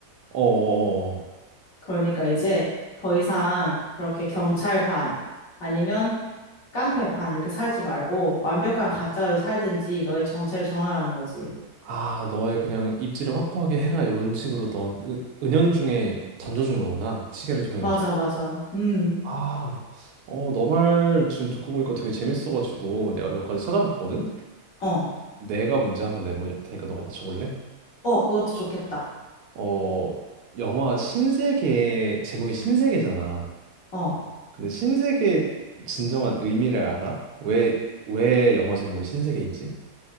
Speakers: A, on the right; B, on the left.
A: 어, 어,
B: 그러니까 이제 더 이상 그렇게 경찰 반 아니면 깡패 반 이렇게 살지 말고 완벽한 가짜로 살든지 너의 정체를 정하라는 거지.
A: 아, 너의 그냥 입지를 확고하게 해라 이런 식으로 넌 은- 은연중에 던져준 거구나 시계를 통해
B: 맞아,
A: 가지고.
B: 맞아. 음.
A: 아, 어, 너 말 지금 듣고 보니까 되게 재밌어가지고 내가 몇 가지 찾아봤거든.
B: 어.
A: 내가 문제 한번 내볼 테니까 너가 맞춰볼래?
B: 어, 그것도 좋겠다.
A: 어, 영화 신세계 제목이 신세계잖아.
B: 어.
A: 근데 신세계의 진정한 의미를 알아? 왜 왜 영화 제목이 신세계인지?